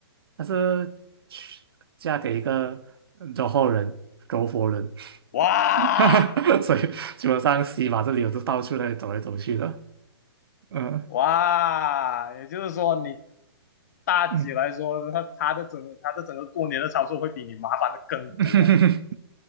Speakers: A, on the right; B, on the left.
A: 她是去嫁给一个柔佛人柔佛人，
B: 哇
A: <laughs> 所以基本上西马这里我就到处那里走来走去的。呃，
B: 哇，也就是说你大姐来说，
A: 嗯，
B: 她她的整个她的整个过年的操作会比你麻烦的更多哎。
A: <laughs>